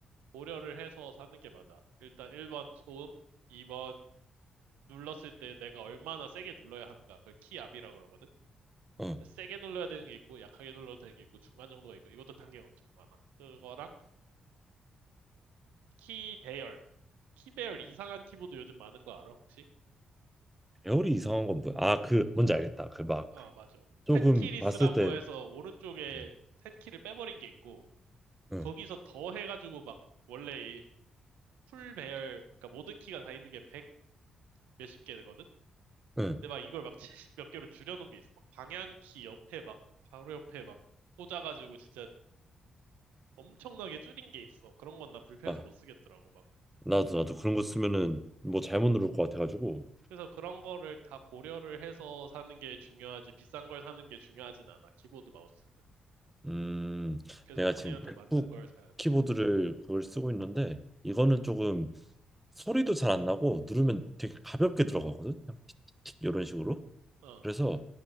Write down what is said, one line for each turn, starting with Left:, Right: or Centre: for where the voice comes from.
Right: 고려를 해서 사는 게 맞아. 일단 1번 소음, 2번 눌렀을 때 내가 얼마나 세게 눌러야 하는가. 그걸 키압이라고 그러거든.
Centre: 응.
Right: 근데 세게 눌러야 되는 게 있고 약하게 눌러도 되는 게 있고 중간 정도가 있고 이것도 단계가 엄청 많아. 그거랑 키 배열. 키 배열 이상한 키보드 요즘 많은 거 알아 혹시?
Centre: 배열이 이상한 건 뭐야? 아, 그 뭔지 알겠다. 그 막
Right: 어, 맞아.
Centre: 조금
Right: 텐키리스라고
Centre: 봤을 때
Right: 해서 오른쪽에
Centre: 응,
Right: 텐키를 빼버린 게 있고
Centre: 응,
Right: 거기서 더 해가지고 막 원래 이풀 배열 그러니까 모든 키가 다 있는 게 100 몇십 개 되거든.
Centre: 응.
Right: 근데 막 이걸 막 70 몇 개로 줄여놓은 게 있어. 막 방향키 옆에 막, 바로 옆에 막 꽂아가지고 진짜 엄청나게 줄인 게 있어. 그런 건 나 불편해서
Centre: 아,
Right: 못 쓰겠더라고, 막.
Centre: 나도 나도 그런 거
Right: 어.
Centre: 쓰면은 뭐 잘못 누를 것 같아가지고
Right: 그래서 그런 거를 다 고려를 해서 사는 게 중요하지, 비싼 걸 사는 게 중요하진 않아, 키보드 마우스는.
Centre: 음
Right: 그래서
Centre: 내가
Right: 본인한테
Centre: 지금 맥북
Right: 맞는 걸 사야 돼.
Centre: 키보드를 그걸 쓰고 있는데 이거는 조금 소리도 잘 안 나고 누르면 되게 가볍게 들어가거든. 그냥 틱틱틱 이런 식으로.
Right: 어,
Centre: 그래서